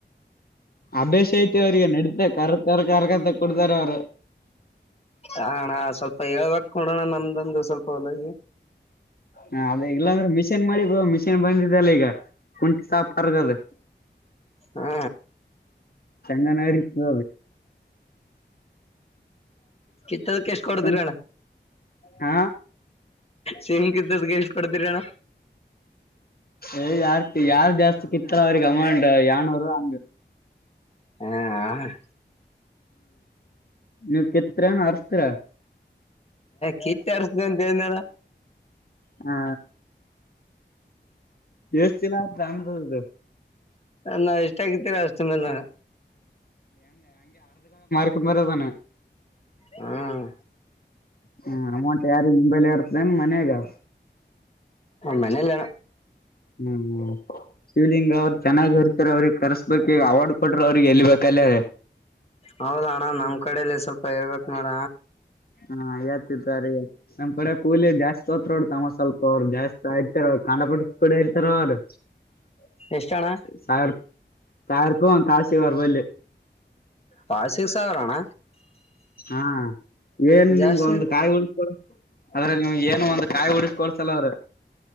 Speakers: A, on the left; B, on the left.
A: ಅಭ್ಯಾಸ ಆಯ್ತಾ ಅವರಿಗೆ ನಡೀತಾ ಕರ್ ಕರ್ ಕರ್ಗಂತ ಕೊಡ್ತಾರೆ ಅವರು
B: ಅಣ್ಣ ಸ್ವಲ್ಪ ಹೇಳ್ಬೇಕ ನೋಡೋಣ ನಮ್ದಂದು ಸ್ವಲ್ಪ ಹೊಲಿ
A: ಹ ಅದೇ ಇಲ್ಲಾಂದ್ರೆ ಮಿಷಿನ್ ಮಾಡಿ ಮಿ ಬಂದಿದ್ದಲ್ಲ ಈಗ ಕುಂಟಿ ಸಾಪರ್ಗದ
B: ಹಾ
A: ಚಂಗನರಿತ
B: ಕಿತ್ತದಕ್ಕೆ ಎಷ್ಟ ಕೊಡತರಣ್ಣ
A: ಸುಮ್ ಹಾ
B: ಸಿಮ್ ಕಿತ್ತದ್ ಎಷ್ಟ ಕೊಡ್ತಿರಣ
A: ಏ ಯಾರ್ ಯಾರ ಜಾಸ್ತಿ ಚಕ್ಕಿತ್ತ ಅವ್ರಿಗೆ ಅಮೌಂಡ್ ಯಏನೂರು ಅಂಗ
B: ಹಾ ಹ
A: ಎ ಕೆತ್ರನ್ರ್ಸ್ತ್ರರ
B: ಕಿತ್ತರ್ಸ್ದ ಅಂತ ಹೇಳನಳ
A: ಹಾ ಎಷ್ಟ ಚಲಾನ ಇದು
B: ನಾವ ಎಷ್ಟ ಆಗಿದ್ದೀರ ಅಷ್ಟ ಮೇಲೆ
A: ಕ ಮರದಾನ
B: ಹ್ಮ್
A: ಹ ಅಮೌಂಟ್ ಯಾರಿ ನಿಂಬೈಲ್ ಇರ್ತದನ್ ಮನ್ಯಾಗ
B: ಮನೇಲಿ
A: ಹ್ಮ್ ಶಿವಲಿಂಗ ಅವ್ರು ಚೆನ್ನಾಗ್ರ್ ಅವ್ರಗೆ ಕರ್ಸು ಬೇಕ ಈಗ ಅವಾರ್ಡ್ ಕೊಟ್ರ ಅವ್ರಿಗೆ ಎಳ್ಬೇಕಲಿ
B: ಹೌದ ಅಣ್ಣ ನಮ್ <unintelligible> ನೋಡ
A: ಹಾ ಯತಿತ್ತುಾರಿ <unintelligible> ಹೊಡ್ ತಾಮಸ್ ಸ್ಲ್ಪ ಅವ ಜಾಸ್ತಿ ಆಯಿತ್ ಕಂಡ ಪಟ್ಟ ಕೂಡ ಇರ್ತಾರ ಅವರು <unintelligible>
B: ಎಷ್ಟಣ್ಣ
A: ಅಂತು ಆಶೀವಾರ್ ಬಲ್ಲಿ
B: ತಾಷಿಕ್ ಸಾಗರ್ಣ
A: ಹಾಂ ಏನ್
B: ಜಾಸ್ತಿ
A: ನಿಮ್ಗ ಒಂದು ಕಾಯಿ ಉಳ ಆದ್ರೆ ನೀವು ಏನು ಒಂದ ಕಾಯಿ ಹುಡ್ಸ್ಕೊಳ್ಸಲ ಅವ್ರ